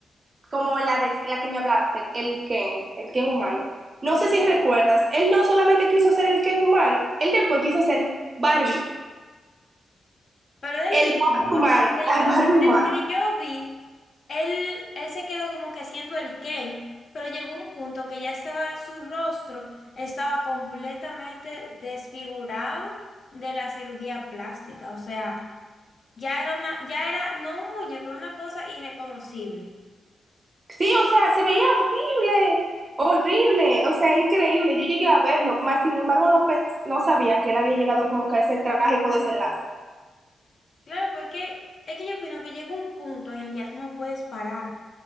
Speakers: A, on the right; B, on the left.
A: como la de la que me hablaste, el Ken, el Ken humano, no sé si recuerdas, él no solamente quiso ser el Ken humano, él después quiso ser Barbie,
B: Pero del
A: el
B: mismo,
A: Barbie
B: porque
A: humano,
B: el que
A: la
B: yo,
A: Barbie humana.
B: el que yo vi, él, él se quedó como que siendo el Ken, pero llegó un punto que ya estaba, su rostro estaba completamente desfigurado de la cirugía plástica. O sea, ya era una, ya era no un muñeco, era una cosa irreconocible.
A: Sí, o sea, se veía horrible, horrible, o sea, increíble. Yo llegué a verlo, más sin embargo no, pens- no sabía que él había llegado como que a ese trágico desenlace.
B: Claro, porque es que yo opino que llega un punto en el que ya tú no puedes parar.